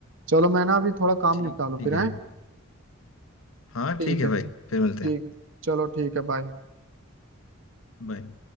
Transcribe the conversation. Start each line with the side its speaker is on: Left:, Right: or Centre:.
Right: चलो मैं ना अभी थोड़ा काम
Left: ठीक
Right: निपटा लूँ
Left: ठीक
Right: फिर
Left: है
Right: है
Left: हाँ
Right: ठीक
Left: ठीक है
Right: है
Left: भाई फिर मिलते
Right: ठीक
Left: हैं
Right: चलो ठीक है बाय
Left: बाय